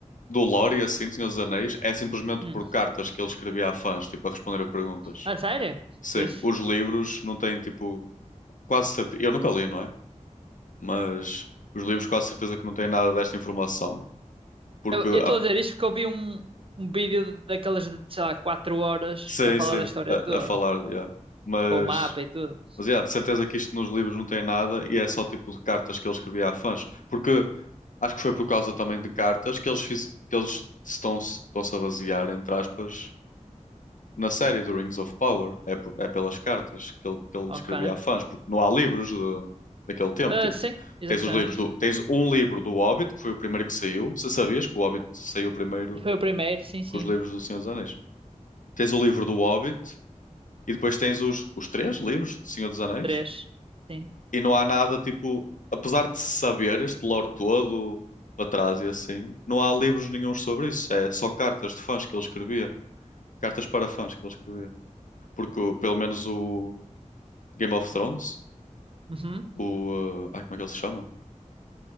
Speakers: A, on the left; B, on the right.
A: do lore e assim, do Senhor dos Anéis, é simplesmente
B: Hum.
A: por cartas que ele escrevia a fãs, tipo, a responder a perguntas.
B: Ah, sério?
A: Sim,
B: Fixe.
A: os livros não têm, tipo, quase certeza, eu nunca li, não é? Mas os livros quase certeza que não têm nada desta informação, porque
B: Eu estou
A: há-
B: a dizer isto porque eu vi um, um vídeo daquelas de, sei lá, 4 horas
A: sim,
B: a falar
A: sim,
B: da história
A: a,
B: toda,
A: a falar, yeah. Mas,
B: com o mapa e tudo.
A: mas yeah, de certeza que isto nos livros não tem nada e é só tipo de cartas que ele escrevia a fãs, porque acho que foi por causa também de cartas que eles fiz, que eles estão estão-se estão-se a basear, entre aspas, na série do Rings of Power. É, por- é pelas cartas que ele, que ele
B: Ok.
A: descrevia a fãs, porque não há livros de- daquele tempo.
B: Ah,
A: Tipo,
B: sim,
A: tu-
B: exatamente.
A: tens os livros do, tens um livro do Hobbit, que foi o primeiro que saiu. Se sabias que o Hobbit saiu primeiro
B: Foi o primeiro, sim, sim.
A: que os livros do Senhor dos Anéis. Tens o livro do Hobbit e depois tens os, os três livros do Senhor dos Anéis.
B: Três. Sim.
A: E não há nada, tipo, apesar de se saber este lore todo para trás e assim, não há livros nenhuns sobre isso. É só cartas de fãs que ele escrevia. Cartas para fãs que ele escrevia porque pelo menos o, Game of Thrones,
B: Uhum.
A: o. uh, ai, como é que ele se chama?